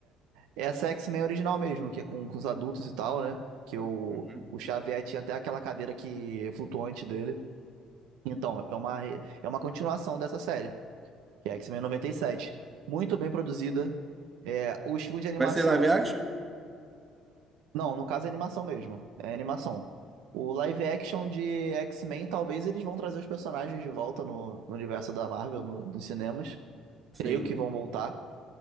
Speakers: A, on the right (about 80°); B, on the right (about 25°).
A: Essa é X-Men original mesmo, que é com, com os adultos e tal, né? Que o,
B: Uhum.
A: o Xavier tinha até aquela cadeira que é flutuante dele. Então, é uma, re- é uma continuação dessa série. que é X-Men noventa e sete Muito bem produzida. É, o estilo de animação.
B: Vai ser live action?
A: Não, no caso é animação mesmo. É animação. O live action de X-Men, talvez eles vão trazer os personagens de volta no, no universo da Marvel, no- nos cinemas. Creio
B: Sim,
A: que vão voltar.